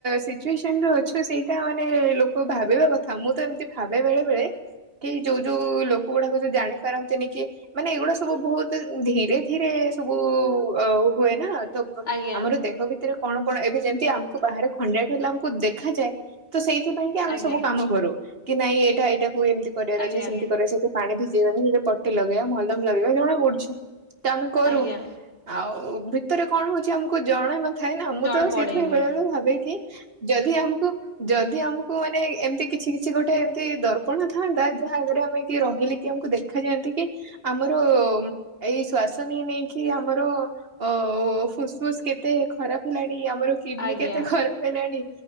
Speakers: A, on the right; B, on the left.
A: ସିଚୁଏସନରେ ଅଛୁ ସେଇଟା ମାନେ ଲୋକ ଭାବିବା କଥା ମୁଁ ତ ଏମିତି ଭାବେ ବେଳେ ବେଳେ କି ଯୋଉ ଯୋଉ ଲୋକ ଗୁଡାକ ଯୋଉ ଜାଣେ ପାରନ୍ତିନି କି ମାନେ ଏଇଗୁଡା ସବୁ ବହୁତ ଧୀରେ ଧୀରେ ସବୁ ହୁଏ ନା ତ
B: ଆଜ୍ଞା
A: ଆମର ଦେଖ ରେ କଣ କଣ ଏବେ ଯେମିତି ଆମକୁ ବାହାରେ ଖଡିଆଟେ ହେଲା ଆମକୁ ଦେଖାଯାଏ। ତ ସେଇଥି ପାଇଁଁ କି ଆମେ
B: ଆଜ୍ଞା
A: ସବୁ କାମ କରୁ କି ନାଇଁ ଏଇଟା ଏଇଟାକୁ ଏମତି କରିବାର
B: ଆଜ୍ଞା
A: ଅଛି ସେମିତି କରିବାର ଅଛି ସେଠି ପାଣି ଭିଜେଇ ବାନି ସେଥିରେ ପଟି ଲଗେଇବା ମଲମ ଲଗେଇବା ଜଣା ପଡୁଛି ତ ଆମେ କରୁ
B: ଆଜ୍ଞା
A: ଆଉ ଭିତରେ କଣ ହଉଛି ଆମକୁ ଜଣା ନଥାଏ ନା ମୁଁ
B: ଜଣେ
A: ତ
B: ପଡେନି
A: ସେଇଥିପାଇଁ ବେଳେ ବେଳେ ଭାବେ କିି ଯଦି ଆମକୁ ଯଦି ଆମକୁ ମାନେ ଏମତି କିଛି କିଛି ଗୋଟେ ଏମତି ଦର୍ପଣ ଥାନ୍ତା ଭାଗରେ ଆମେ କି ରହିଲେ କି ଆମକୁ ଦେଖା ଯାଆନ୍ତି କି ଆମର ଏଇ ଶ୍ଵାସ ନେଇ ନେଇକି କି ଆମର ଅ ଫୁସ୍ ଫୁସ୍ କେତେ ଖରାପ ହେଲାଣି ଆମର କିଡନୀ
B: ଆଜ୍ଞା
A: କେତେ ଖରାପ ହେଲାଣି